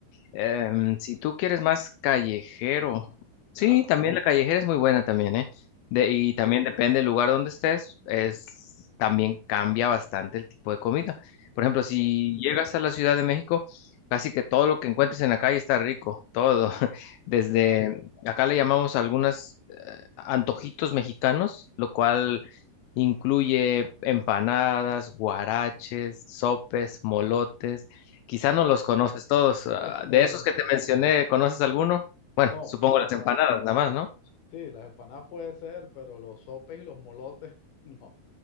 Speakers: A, on the left (about 80°); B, on the left (about 60°).
A: Em,
B: ¿Ya?
A: si tú quieres más callejero,
B: Ujú. ¿Ya?
A: sí, también la callejera es muy buena también, ¿eh? De-
B: Sí,
A: y también depende del lugar donde estés, es, también cambia bastante el tipo de comida. Por ejemplo,
B: entiendo.
A: si llegas a la Ciudad de México, casi que todo lo que encuentres en la calle está rico, todo. <laughs> Desde
B: Ya.
A: acá le llamamos algunos antojitos mexicanos, lo cual
B: ok.
A: incluye empanadas, guaraches, sopes, molotes. Quizá no los conoces todos. Ah,
B: <laughs> No,
A: De esos
B: no,
A: que te mencioné, ¿conoces alguno? Bueno,
B: no,
A: supongo
B: no,
A: las
B: no.
A: empanadas, nada más, ¿no?
B: Sí, las empanadas puede ser, pero los sopes y los molotes, <laughs> no.